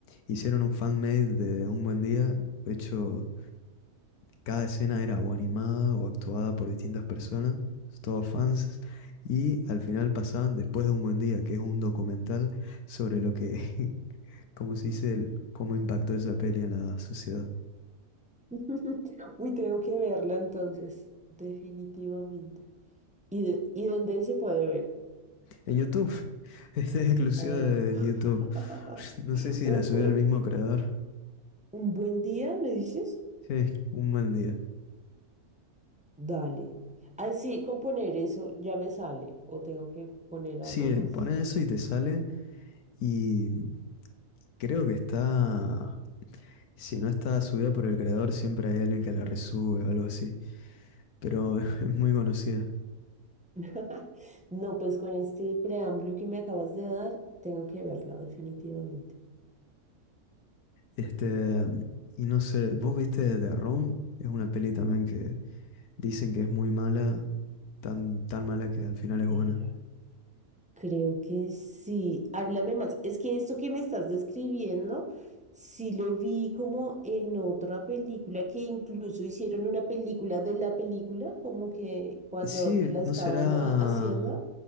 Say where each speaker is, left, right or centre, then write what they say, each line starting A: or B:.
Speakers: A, on the left (about 80°); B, in the centre.
A: hicieron un fan-made de Un Buen Día, hecho, cada escena era o animada o actuada por distintas personas, todos fans, y al final pasaban Después de Un Buen Día, que es un documental sobre lo que, <laughs> como se dice, el- cómo impactó esa peli en la sociedad.
B: <laughs> Uy, tengo que verla entonces, definitivamente. ¿Y, de- y dónde se puede ver?
A: En YouTube. <laughs> Este es exclusivo
B: Ah,
A: de YouTube.
B: <laughs>
A: <laughs> No sé si
B: un,
A: la subió
B: un-
A: el mismo creador.
B: un buen día, me dices?
A: Sí, un buen día.
B: Dale. Así, con poner eso ya me sale, o tengo que poner
A: Sí,
B: algo más.
A: eh, pone eso y te sale. Y creo que está. Si no está subida por el creador, siempre hay alguien que la resube o algo así. Pero <laughs> es muy conocida.
B: <laughs> No, pues con este preámbulo que me acabas de dar, tengo que verla, definitivamente.
A: Este. Y no sé, ¿vos viste The Room? Es una peli también que dicen que es muy mala. Tan, tan mala que al final es
B: Pero
A: buena.
B: Creo que sí. Háblame más. Es que esto que me estás describiendo, sí lo vi como en otra película, que incluso hicieron una película de la película, como que cuando
A: Sí,
B: la estaban
A: ¿no será
B: a- haciendo.